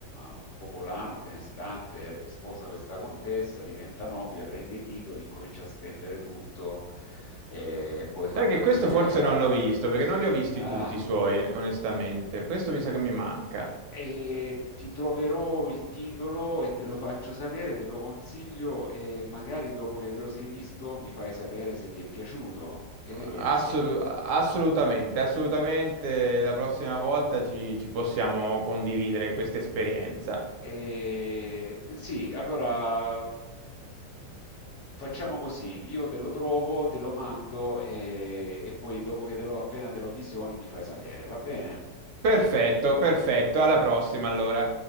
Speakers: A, on the left; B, on the right.
A: un popolano benestante, sposa questa contessa, diventa nobile, prende i titoli, incomincia a spendere tutto eh, e poi fa
B: Sai
A: una
B: che
A: fine
B: questo forse
A: glabra.
B: non l'ho visto, perché non li ho visti
A: Ah.
B: tutti i suoi, onestamente. Questo mi sa che mi manca.
A: E ti troverò il titolo e te lo faccio sapere, te lo consiglio e magari dopo che te lo sei visto mi fai sapere se ti è piaciuto. Che
B: Assolu-
A: ne pensi?
B: assolutamente, assolutamente. La prossima volta ci, ci possiamo condividere questa esperienza.
A: E, sì, allora facciamo così, io te lo trovo, te lo mando e, e poi dopo che te lo appena te lo visioni mi fai sapere, va bene?
B: Perfetto, perfetto. Alla prossima, allora.